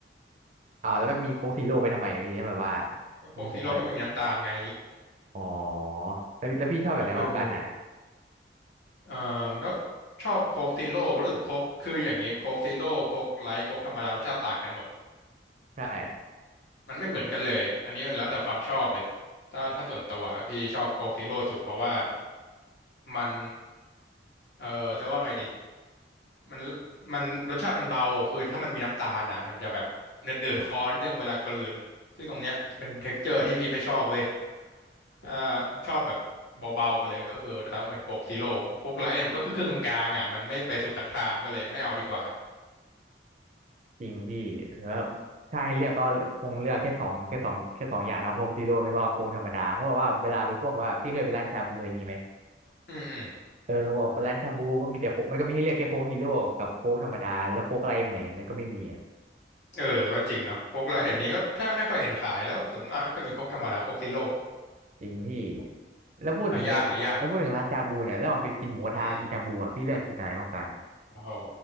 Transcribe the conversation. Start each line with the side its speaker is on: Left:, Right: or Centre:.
Right: อ่าแล้วมันมีโค้กซีโร่ไปทำไมพี่ถ้าแบบว่า
Left: ก็โค้กซีโร่ก็ไม่มีน้ำตาลไง
Right: มีโค้กไว้อ๋อแล้วแล้วพี่ชอบแบบไหนมากกว่ากันอ่ะ
Left: เออ เอ่อก็ชอบโค้กซีโร่เพราะรู้สึกโค้กคืออย่างนี้โค้กซีโร่โค้กไลท์โค้กธรรมดารสชาติต่างกันหมด
Right: ใช่
Left: มันไม่เหมือนกันเลยอันนี้มันแล้วแต่ความชอบเลยถ้าถ้าส่วนตัวพี่ชอบโค้กซีโร่สุดเพราะว่ามันเอ่อจะว่าไงดีมันมันรสชาติมันเบาคือถ้ามันมีน้ำตาลอ่ะมันจะแบบเหนืดๆคอนิดนึงเวลากลืนซึ่งตรงเนี้ยเป็นเท็กเจอร์ที่พี่ไม่ชอบเว้ยอ่าชอบแบบเบาๆไปเลยก็คือต้องเป็นโค้กซีโร่โค้กไลท์เนี่ยมันก็คือครึ่งกลางๆอ่ะมันไม่ไปสุดตักทางก็เลยไม่เอาดีกว่า
Right: จริงพี่แล้วถ้าให้เลือกก็คงเลือกแค่สองแค่สองแค่สองอย่างนะโค้กซีโร่ไม่ก็โค้กธรรมดาเพราะว่าเวลาไปพวกว่าพี่เคยไปร้านชาบูอะไรอย่างงี้ไหม
Left: อืมอืม
Right: เออบอกไปร้านชาบูก็มีแต่โค้กมันก็มีให้เรียกแค่โค้กฮีโร่กับโค้กธรรมดาแล้วโค้กไรไปไหนมันก็ไม่มีอ่ะ
Left: เออก็จริงเนาะโค้กไลท์เดี๋ยวนี้ก็แทบไม่ค่อยเห็นขายแล้วส่วนมากก็มีโค้กธรรมดาโค้กซีโร่
Right: เออจริงพี่แล้วพูดถึงไอ้แล้วพูดถึงร้านชาบูเนี่ยแล้วออมไปกินหมูกระทะกินชาบูอ่ะพี่เลือกกินอะไรมากกว่ากัน
Left: หายากหายากอืมโอ้โห